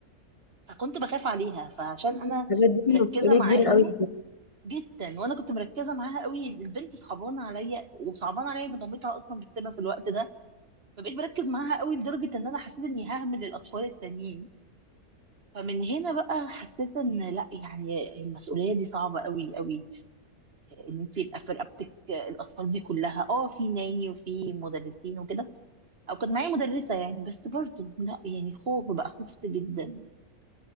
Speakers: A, on the right; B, on the left.
A: فكنت بخاف عليها فعشان أنا
B: حاجات
A: مركزة
B: دي مسؤولية
A: معاها
B: كبيرة قوي
A: جدا وأنا كنت مركزة معاها قوي البنت صعبانة عليا وصعبانة عليا إن مامتها أصلا بتسيبها في الوقت ده فبقيت بركز معاها قوي لدرجة إن أنا حسيت إني ههمل الأطفال التانيين فمن هنا بقى حسيت ان لا يعني المسؤوليه دي صعبه قوي قوي ان انت يبقى في رقبتك الاطفال دي كلها اه في ناني وفي مدرسين وكده او كان معايا مدرسه يعني بس برضه لا يعني خوف بقى خفت جدا